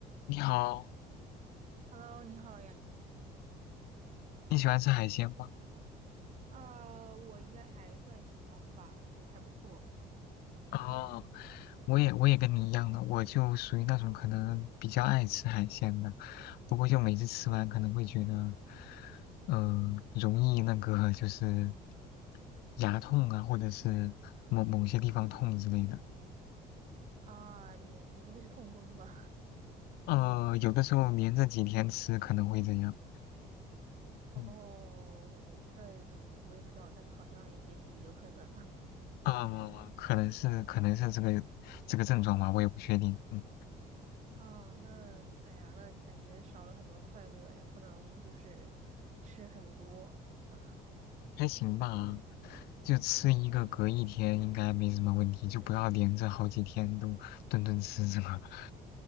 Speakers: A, on the left; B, on the right.
A: 你好，
B: Hello，你好呀。
A: 你喜欢吃海鲜吗？
B: 啊我应该还算喜欢吧，就还不错。
A: 啊、我也我也跟你一样的，我就属于那种可能比较爱吃海鲜的，不过就每次吃完可能会觉得，嗯、容易那个就是牙痛啊，或者是某某些地方痛之类的。
B: 啊，你你不会是痛风吧？
A: 嗯，有的时候连着几天吃可能会这样。
B: <laughs> 哦，
A: 嗯，
B: 那我也不知道，但是好像也许有可能。<laughs>
A: 啊、可能是可能是这个这个症状吧，我也不确定。嗯。
B: 啊，那哎呀，那感觉少了很多快乐呀，不能就是吃很多。<laughs>
A: 还行吧，就吃一个隔一天应该没什么问题，就不要连着好几天都顿顿吃这个。<laughs>